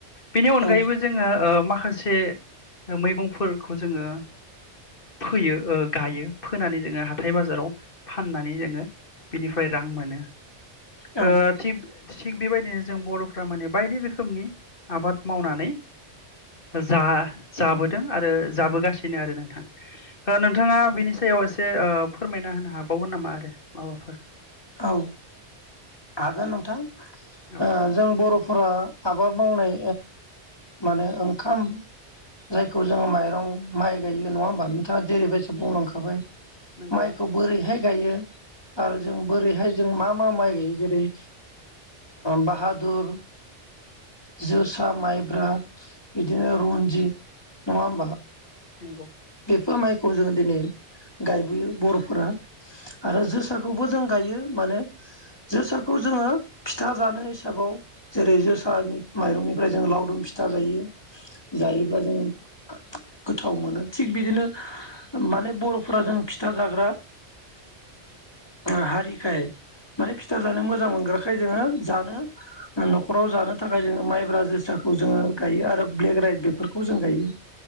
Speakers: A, on the left; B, on the left.
A: बेनि
B: औ
A: अनगायैबो जोङो माखासे मैगंफोरखौ जोङो फोयो गायो फोनानै जोङो हाल हाथाय बाजाराव फाननानै जोङो बिनिफ्राय रां मोनो।
B: औ
A: ओ थिब थिग बेबायदिनो जों बर'फ्रा माने बायदि रोखोमनि आबाद मावनानै जा जाबोदों आरो जाबोगासिनो आरो नोंथां नोंथाङा बिनि सायाव एसे ओ फोरमायना होनो हाबावगोन नामा आरो माबाफोर?
B: औ हागोन नोंथां
A: औ
B: ओ जों बर' फुरा आबाद मावनाय माने ओंखाम जायखौ जोङो माइरं माइ गायो नङा होमबा नोंथाङा जेरैबायदि बुंलांखाबाय
A: नंगौ
B: माइखौ बोरैहाय गायो आरो जों बोरैहाय जों मा मा माइ गायो जेरै बाहादुर, जोसा, माइब्रा बिदिनो रन्जित नङा होमबा
A: नंगौ
B: बेफोर माय खौ जोङो दिनै गायबोयो बरफोरा आरो जोसाखौबो जों जियो माने जोसाखौ जोङो फिथा जानो हिसाबाव जेरै जोसानि माइरंनिफ्राय जों लावदुम फिथा जायो जायोब्लाा जोङो गोथाव मोनो थिग बिदिनो माने बरफोरा जों फिथा जाग्रा हारिखाय माने फिथा जानो मोजां मोनग्राखाय जोङो जानो नखराव जानो थाखाय जोङो माइब्रा जोसाखौ जोङो गायो आरो ब्लेक राइस बेफोरखौ जों गायो